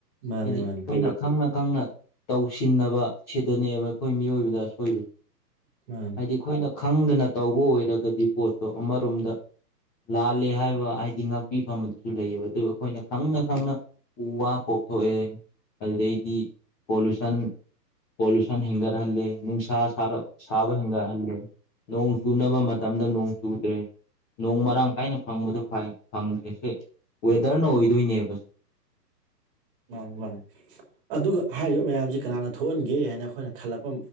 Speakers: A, on the right; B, in the centre.
A: ꯃꯥꯅꯦ
B: ꯍꯥꯏꯗꯤ
A: ꯃꯥꯅꯦ
B: ꯑꯩꯈꯣꯏꯅ ꯈꯪꯅ ꯈꯪꯅ ꯇꯧꯁꯤꯟꯅꯕ ꯁꯤꯗꯅꯦꯕ ꯑꯩꯈꯣꯏ ꯃꯤꯑꯣꯏꯕꯗ ꯑꯁꯣꯏꯕꯁꯦ
A: <inaudible>
B: ꯍꯥꯏꯗꯤ ꯑꯩꯈꯣꯏꯅ ꯈꯪꯗꯅ ꯇꯧꯕ ꯑꯣꯏꯔꯒꯗꯤ ꯄꯣꯠꯇꯣ ꯑꯃꯔꯣꯝꯗ ꯂꯥꯜꯂꯦ ꯍꯥꯏꯕ ꯍꯥꯏꯗꯤ ꯉꯥꯛꯄꯤꯐꯝ ꯑꯗꯨꯁꯨ ꯂꯩꯌꯦꯕ ꯑꯗꯨꯕꯨ ꯑꯩꯈꯣꯏꯅ ꯈꯪꯅ ꯈꯪꯅ ꯎ ꯋꯥ ꯀꯣꯛꯊꯣꯛꯑꯦ ꯑꯗꯨꯗꯩꯗꯤ ꯄꯣꯂꯨꯁꯟ ꯄꯣꯂꯨꯁꯟ ꯍꯦꯟꯒꯠ ꯇꯍꯜꯂꯦ ꯅꯨꯡꯁꯥ ꯁꯥꯕ ꯍꯦꯟꯒꯠꯍꯜꯂꯦ ꯅꯣꯡ ꯆꯨꯅꯕ ꯃꯇꯝꯗ ꯅꯣꯡ ꯆꯨꯗ꯭ꯔꯦ ꯅꯣꯡ ꯃꯔꯥꯡ ꯀꯥꯏꯅ ꯐꯪꯕꯗꯣ ꯐꯩ ꯐꯪꯗ꯭꯭ꯔꯗꯤ ꯋꯦꯗ꯭ꯔꯅ ꯑꯣꯏꯗꯣꯏꯅꯦꯕ
A: ꯃꯥꯅꯤ ꯃꯥꯅꯤ ꯑꯗꯨꯒ ꯍꯥꯏꯔꯤꯕ ꯃꯌꯥꯝꯁꯤ ꯀꯅꯥꯅ ꯊꯣꯛꯍꯟꯒꯦ ꯍꯥꯏꯅ ꯑꯩꯈꯣꯏꯅ ꯈꯜꯂꯛꯄ